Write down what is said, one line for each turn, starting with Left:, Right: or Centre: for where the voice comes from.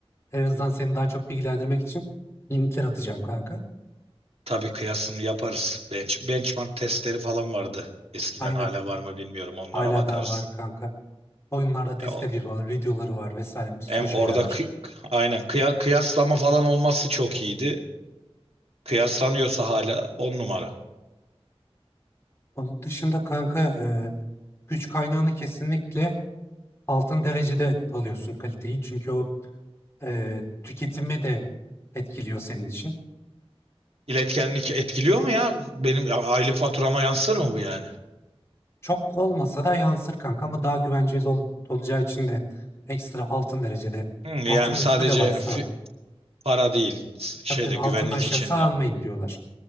Left: En azından seni daha çok bilgilendirmek için linkler atacağım kanka.
Right: Tabii kıyasını yaparız. Bench, benchmark testleri falan vardı. Eskiden
Left: Aynen.
Right: hala var mı bilmiyorum. Onlara
Left: Hala
Right: bakarız.
Left: daha var kanka. Oyunlarda test
Right: Ya o,
Left: ediyorlar, videoları var vesaire bir sürü
Right: hem
Left: şeyler
Right: orada
Left: var.
Right: kı- aynen kıya- kıyaslama falan olması çok iyiydi. Kıyaslanıyorsa hala on numara.
Left: Onun dışında kanka e, güç kaynağını kesinlikle altın derecede alıyorsun kaliteyi. Çünkü o e, tüketimi de etkiliyor senin için.
Right: İletkenlik etkiliyor mu ya? Benim aylık faturama yansır mı bu yani?
Left: Çok olmasa da yansır kanka ama daha güvenceli ol- olacağı için de ekstra altın derecede.
Right: Hı, yani
Left: Altının
Right: sadece
Left: üstü de var aslında.
Right: fi- para değil, s- şeyde
Left: Tabii tabii
Right: güvenlik
Left: altının aşağısı
Right: içinde.
Left: almayın diyorlar.